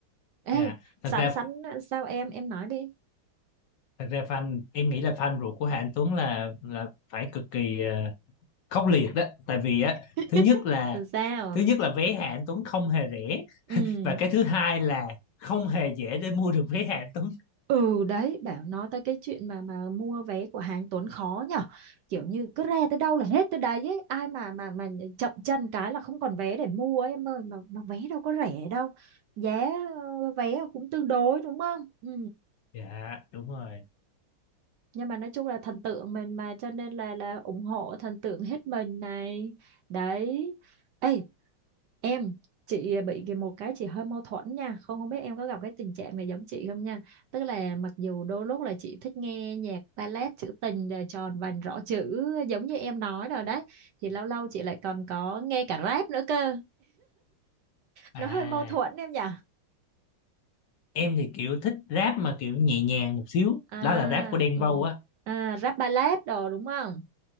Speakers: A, on the right (about 70°); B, on the left (about 65°).
A: ê
B: dạ thật
A: sẵn
B: ra
A: sẵn sao em em nói đi
B: thật ra fan em nghĩ là fan ruột của Hà Anh Tuấn là là phải cực kỳ ờ, khốc liệt đó tại vì á
A: <laughs>
B: thứ nhất là
A: Làm sao
B: thứ nhất là vé Hà Anh Tuấn không hề rẻ
A: ừ
B: và cái thứ hai là không hề dễ để mua được vé Hà Anh Tuấn
A: Ừ đấy bảo nói tới cái chuyện mà mà mua vé của hàng Tuấn khó nhở kiểu như cứ re tới đâu là hết tới đấy ấy. ai mà mà mà chậm chân cái là không còn vé để mua ấy, em ơi mà mà vé đâu có rẻ đâu giá ờ, vé cũng tương đối đúng không ừ
B: dạ đúng rồi
A: nhưng mà nói chung là thần tượng mình mà cho nên là là ủng hộ thần tượng hết mình này đấy ê em chị bị cái một cái chị hơi mâu thuẫn nha không không biết em có gặp cái tình trạng này giống chị không nha tức là mặc dù đôi lúc là chị thích nghe nhạc ballad trữ tình rồi tròn vành rõ chữ giống như em nói rồi đấy thì lâu lâu chị lại còn có nghe cả rap nữa cơ
B: à
A: nó hơi mâu thuẫn em nhỉ
B: em thì kiểu thích rap mà kiểu nhẹ nhàng một xíu
A: à
B: đó là rap của Đen
A: ừ.
B: Vâu á
A: à rap ballad đồ đúng không